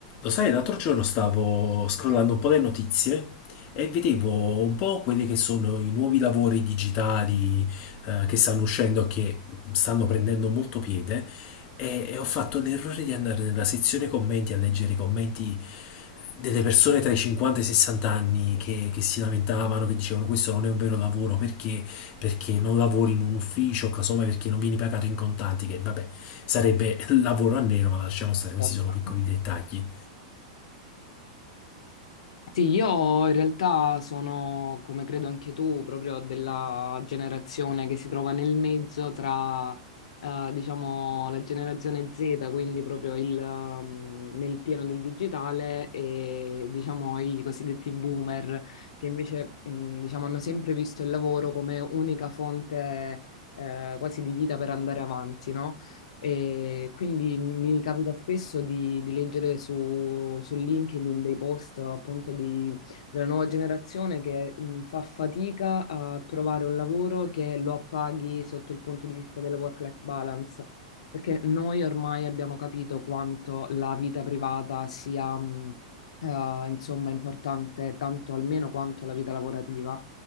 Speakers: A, on the left (about 35°); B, on the left (about 80°).
A: Lo sai, l'altro giorno stavo scrollando un po' le notizie e vedevo un po' quelli che sono i nuovi lavori digitali eh, che stanno uscendo, che stanno prendendo molto piede, e, e ho fatto l'errore di andare nella sezione commenti a leggere i commenti delle persone tra i 50 e i 60 anni che, che si lamentavano, che dicevano questo non è un vero lavoro perché, perché non lavori in un ufficio, casomai perché non vieni pagato in contanti, che vabbè sarebbe <laughs> lavoro a nero, ma lasciamo stare,
B: Esatto.
A: questi sono piccoli dettagli.
B: Sì, io in realtà sono, come credo anche tu, proprio della generazione che si trova nel mezzo tra, eh, diciamo, la generazione Z, quindi proprio il, ehm, nel pieno del digitale, e, diciamo, i cosiddetti boomer, che invece, mh, diciamo, hanno sempre visto il lavoro come unica fonte, eh, quasi di vita per andare avanti, no? E quindi mi capita spesso di, di leggere su, su LinkedIn dei post appunto di- della nuova generazione che mh, fa fatica a trovare un lavoro che lo appaghi sotto il punto di vista della work-life balance, perché noi ormai abbiamo capito quanto la vita privata sia, mh, eh, insomma, importante tanto almeno quanto la vita lavorativa.